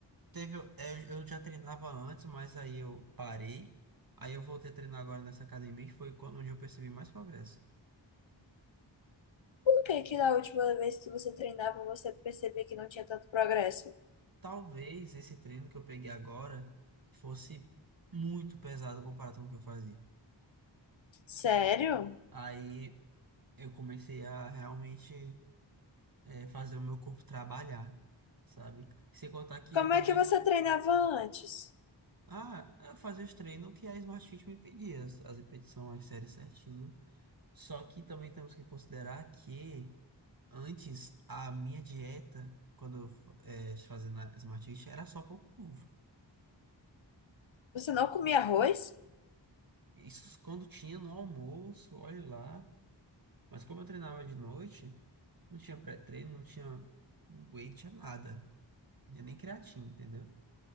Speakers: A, on the right; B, on the left.
A: Teve, é, eu eu já treinava antes, mas aí eu parei. Aí eu voltei a treinar agora nessa academia, que foi quando- onde eu percebi mais progresso.
B: Por que que da última vez que você treinava você percebia que não tinha tanto progresso?
A: Talvez esse treino que eu peguei agora fosse muito pesado comparado com o que eu fazia.
B: Sério?
A: Aí eu comecei a realmente é, fazer o meu corpo trabalhar, sabe? Sem contar que
B: Como
A: eu também
B: é que você treinava antes?
A: Ah, é, eu fazia os treinos que a Smart Fit me pedia, as as repetições, as séries certinho. Só que também temos que considerar que antes a minha dieta, quando eu fa- eh, fazia na Smart Fit, era só pouco novo.
B: Você não comia arroz?
A: Isso quando tinha no almoço, olhe lá. Mas como eu treinava de noite, não tinha pré-treino, não tinha whey, não tinha nada. Não tinha nem creatina, entendeu?